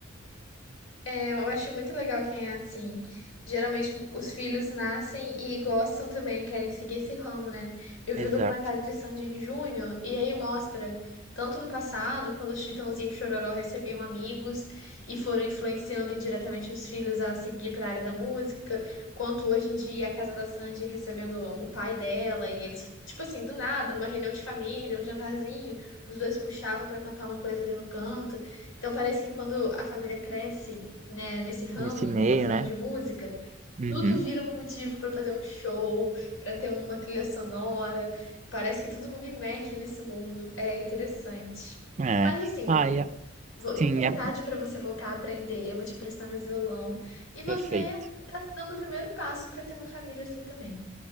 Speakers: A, on the left; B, on the right.
A: É, eu acho muito legal quem é assim. Geralmente os filhos nascem e gostam também, querem seguir esse ramo, né? Eu vi
B: Exato.
A: o documentário de Sandy Júnior e aí mostra, tanto no passado, quando os Chitãozinho e Chororó recebiam amigos e foram influenciando indiretamente os filhos a seguir para a área da música, quanto hoje em dia a casa da Sandy recebendo o pai dela e eles, tipo assim, do nada, numa reunião de família, um jantarzinho, os dois puxavam para cantar uma coisa ali no canto. Então parece que quando a família cresce né, nesse ramo,
B: Nesse meio,
A: gostando
B: né?
A: de música,
B: Uhum.
A: tudo vira um motivo pra fazer um show, pra ter uma trilha sonora. Parece que todo mundo emerge nesse mundo. É interessante.
B: É.
A: Mas assim,
B: Ai, a-
A: vo- nunca
B: sim,
A: é
B: é
A: tarde pra você voltar a aprender. Eu vou te emprestar meu violão. E você
B: perfeito.
A: tá dando o primeiro passo pra ter uma família assim também,